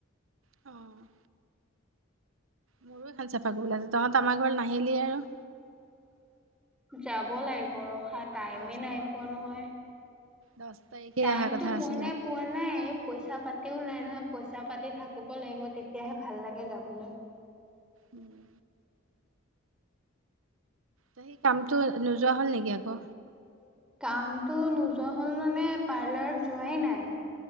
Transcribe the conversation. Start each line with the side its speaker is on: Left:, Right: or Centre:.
Right: অ'। মোৰো এখন চাফা কৰিবলৈ আছে। তহঁত আমাৰ ঘৰত নাহিলি আৰু।
Centre: যাব লাগিব ৰখা টাইমে
Right: দহ
Centre: নাই পোৱা নহয়।
Right: দহ তাৰিখে
Centre: টাইমটো
Right: অহা কথা
Centre: পোৱা
Right: আছিলে।
Centre: নাই পোৱা নাই পইচা পাতিও নাই, নহয়, পইচা পাতি থাকিব লাগিব তেতিয়াহে ভাল লাগে যাবলৈ।
Right: উম। সেই কামতটো নোযোৱা হ'ল নেকি আকৌ।
Centre: কামতটো নোযোৱা হ'ল মানে পাৰ্লাৰত যোৱাই নাই।